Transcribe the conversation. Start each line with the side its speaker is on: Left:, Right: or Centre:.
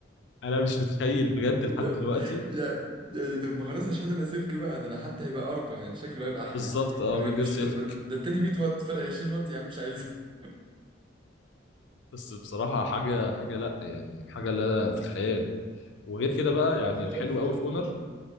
Left: انا مش متخيل بجد لحد
Right: طب
Left: دلوقتي
Right: يعني يعني طب ما خلاص هشحنه لاسلكي بقى ده انا حتى هيبقى ارقى يعني شكله هيبقى احلى
Left: بالظبط اه
Right: من
Left: من
Right: غير
Left: غير
Right: مش
Left: سلك
Right: طب ده, ده التاني 100 واط فرق 20 واط يا عم مش عايزه <laughs>
Left: بس بصراحة حاجة حاجة لا يعني حاجة لا في الخيال وغير كده بقى
Right: تبقى
Left: يعني
Right: خيال
Left: الحلو
Right: فعلا
Left: قوي في اونر
Right: والله